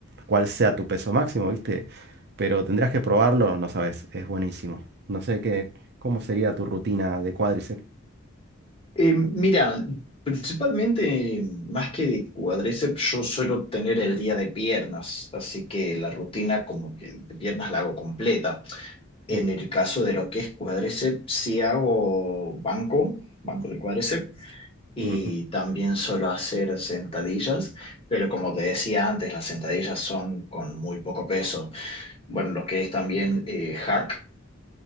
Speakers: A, on the right; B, on the left.
A: cuál sea tu peso máximo, ¿viste? Pero tendrías que probarlo, no sabes, es buenísimo. No sé qué, cómo sería tu rutina de cuádriceps.
B: Eh, mira, principalmente, más que de cuádriceps, yo suelo tener el día de piernas, así que la rutina como que de piernas la hago completa. En
A: Sí.
B: el caso de lo que es cuádriceps, sí hago banco, banco de cuádriceps, y
A: Ujú,
B: también suelo hacer sentadillas, pero como te decía antes, las sentadillas son con muy poco peso. Bueno, lo que es también eh, hack.